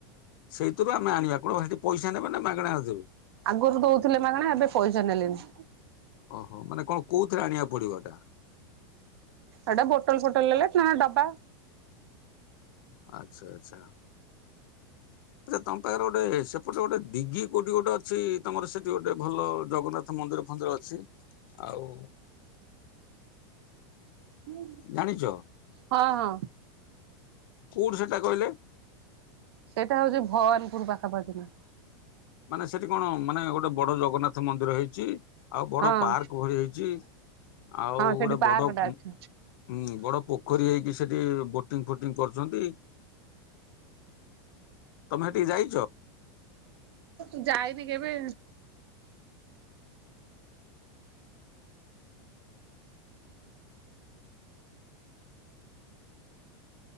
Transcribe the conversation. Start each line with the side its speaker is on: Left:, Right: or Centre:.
Left: ସେଇଥିରୁ ଆମେ ଆଣିବା। କଣ ସେଠି ପଇସା ନେବେ ନା ମାଗଣାରେ ଦେବେ?
Right: ଆଗରୁ ଦଉଥିଲେ ମାଗଣା ଏବେ ପଇସା ନେଲେଣି।
Left: ଓହୋ ମାନେ କଣ କୋଉଥିରେ ଆଣିବାକୁ ପଡିବ ଏଟା?
Right: ଏଟା ବୋଟଲ ଫୋଟଲ ନଲେ ପ୍ଲାନ ଡବା।
Left: ଆଚ୍ଛା ଆଚ୍ଛା ଆଚ୍ଛା ତମପାଖରେ ଗୋଟେ ସେପଟେ ଗୋଟେ ଦିଗି କଉଠି ଗୋଟେ ଅଛି ତମର ସେଠି ଗୋଟେ ଭଲ ଜଗନ୍ନା ତ ମନ୍ଦିର ଫନ୍ଦିର ଅଛି ଆଉ
Right: ହୁଁ
Left: ଜାଣିଛ
Right: ହଁ ହଁ
Left: କୋଉଠି ସେଟା କହିଲେ?
Right: ସେଇଟା ହଉଚି ଭଅରିପୁର ପାଖାପାଖି ନା।
Left: ମାନେ ସେଠି କଣ ମାନେ ଗୋଟେ ବଡ ଜଗନ୍ନାଥ ମନ୍ଦିର ହେଇଚି। ଆଉ ବଡ
Right: ହଁ
Left: ପାର୍କ ଭଳି ହେଇଚି, ଆଉ
Right: ହଁ ସେଠି
Left: ଗୋଟେ
Right: ପାର୍କ
Left: ବଡ
Right: ଟା ଅଛି
Left: ହୁଁ ବଡ ପୋଖରୀ ହେଇକି ସେଠି ବୋଟିଂ ଫୋଟିଂ କରୁଛନ୍ତି। ତମେ ହେଠିକ ଯାଇଚ।
Right: <inaudible> ଯାଇନି କେବେ?